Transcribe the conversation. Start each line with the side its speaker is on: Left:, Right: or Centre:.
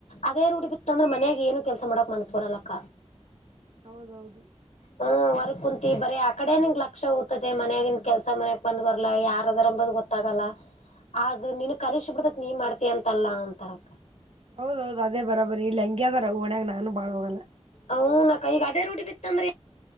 Left: ಅದೇ. ಉುಡಿ ಬಿತ್ತ ಅಂದ್ರೆ ಮನ್ಯಾಗ ಏನು ಕೆಲಸ ಮಾಡಕ್ ಮನಸ್ ಬರಲ್ಲಕ್ಕ.
Right: ಹೌದೌದು
Left: ಹ್ಮ ವರಗ್ ಕುಂತಿ ಬರೀ ಆ ಕಡೆ ನಿಂಗ ಲಕ್ಷ ಓದ್ತದೆ ಮನ್ಯಗಿಂದ ಕೆಲಸ ಮನಯಾಗ ಬಂದ ಬರ್ಲಲ್ಲ ಯಾರ. <unintelligible> ರದಂಬ ಗೊತ್ತಾಗಲ್ಲ ಅದು ನಿನ್ ಕಲಿಸ ಬಿಡ್ತತ್ ನೀ ಮಾಡ್ತಿ ಅಂತಲ್ಲಾ ಅಂತಾರಕ್ಕ.
Right: ಹೌದೌದು ಅದೇ ಬರಾಬರಿ <unintelligible> ನಾನು. ಬಾಳ ಹೋಗಲ್ಲ
Left: ಹೌನಕ್ಕಾ ನಂಗ್ ಅದೇ ರೂಡಿ ಬಿತ್ <unintelligible> ಇಂದ್ರೆ